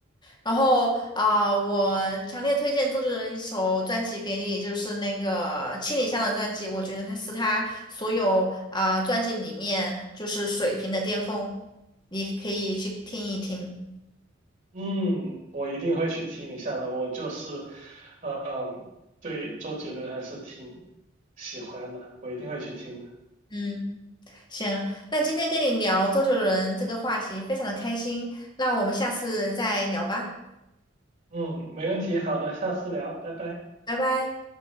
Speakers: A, on the left; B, on the right.
A: 然后啊、我强烈推荐周杰伦一首专辑给你，就是那个《七里香》的专辑，我觉得它是他所有啊、专辑里面就是水平的巅峰，你可以去听一听。
B: 嗯，我一定会去听一下的。我就是，呃嗯，对周杰伦还是挺喜欢的，我一定会去听的。
A: 嗯，行，那今天跟你聊周杰伦这个话题非常的开心，那我们下次再聊吧，
B: 嗯，没问题，好的，下次聊，拜拜。
A: 拜拜。